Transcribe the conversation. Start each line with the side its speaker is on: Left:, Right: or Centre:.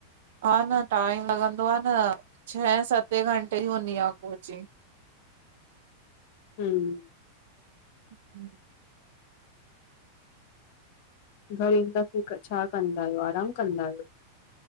Right: हा न टाइम लॻंदो आ न छहे सते घंटे यी हुंदी आ कोचिंग
Left: हम्म
Right: हं।
Left: घरु ईंदा फ छा कंदा आयो आराम कंदा आयो।